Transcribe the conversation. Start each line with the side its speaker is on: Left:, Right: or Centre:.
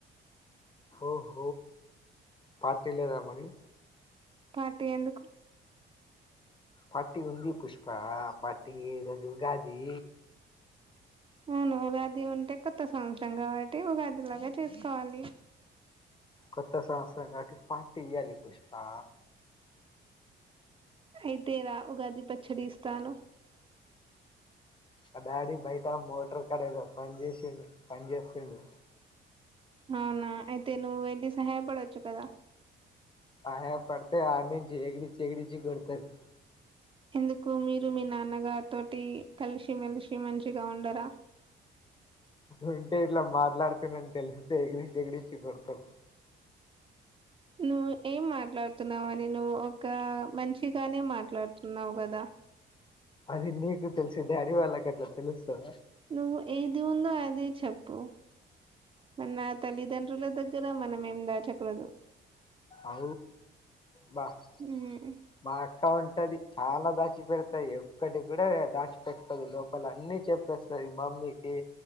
Left: ఓహ పార్టీ లేదా మరి
Right: పార్టీ ఎందుకు
Left: పార్టీ ఉంది పుష్ప పార్టీ ఈ రోజు ఉగాది
Right: అవును ఉగాది ఉంటే కొత్త సంవత్సరం కాబట్టి ఉగాదిలాగా చేసుకోవాలి
Left: కొత్త సంస కాటి పార్టీ ఇల పుష్పా
Right: అయితే రా ఉగాది పచ్చడి ఇస్తాను
Left: ఆ డాడీ బయట మోటార్ కడద పని చేసిండు పని చేస్తుండు
Right: అవునా అయితే నువ్వు ఏంటి సహాయపడవచ్చు కదా
Left: ఆహా పడతే ఆడి నుంచి ఏగడి చెగడించి కొడుతుంది
Right: ఎందుకు మీరు మీ నాన్నగ తోటి కలిసిమెెలిసి మంచిగా ఉండరా
Left: ఉంటే ఇట్లా మాట్లాడుతునని తెలిస్తే ఎగిడిచ్చ ఎగడిచ్చి కొడతారు
Right: నువ్వు ఏం మాట్లాడుతున్నావు అని నువ్వు ఒక మంచిగానే మాట్లాడుతున్నావు కదా
Left: అది నీకు తెలుసు డాడీ వాళ్ళకి అట్లా తెలుస్తుందా
Right: నువ్వు ఏది ఉందో అది చెప్పు మన తల్లిదండ్రుల దగ్గర మనం అక్కదు
Left: అ వాహ్
Right: ఉమ్
Left: బా ఇకా ఉంటది చాలా దాచి పెడతాయి ఎక్కటి కూడా దాచిపెట్టుకోదు లోపల అన్ని చెప్పేస్తారు మమ్మీకి